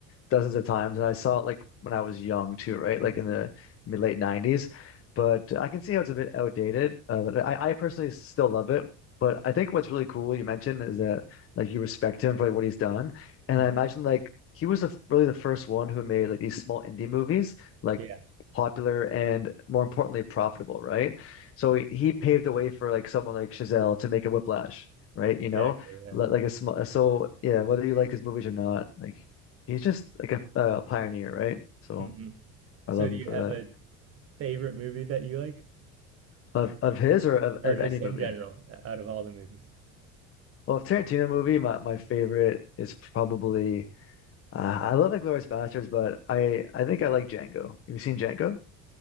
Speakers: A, on the left (about 45°); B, on the right (about 45°).
A: dozens of times, and I saw it like when I was young too, right? Like
B: hmm
A: in the mid late '90s. But I can see how it's a bit outdated. Uh, but I, I personally still love it. But I think what's really cool you mentioned is that like you respect him for like what he's done, and
B: hmm
A: I imagine like he was the, f- really the first one who made like these small indie movies, like
B: Yeah,
A: popular and more importantly profitable, right? So he paved the way for like someone like Chazelle to make a Whiplash, right?
B: exactly.
A: You know,
B: Yeah.
A: li- like a small. So yeah, whether you like his movies or not, like he's just like a, a pioneer, right? So
B: hmm
A: I
B: So,
A: love
B: do
A: him
B: you
A: for
B: have
A: that.
B: a favorite movie that you like,
A: Of of his or of, of
B: or just
A: any
B: in
A: movie.
B: general, o- out of all the movies?
A: Well, of Tarantino movie, my, my favorite is probably uh, I love Inglourious Basterds, but I I think I like Django. Have you seen Django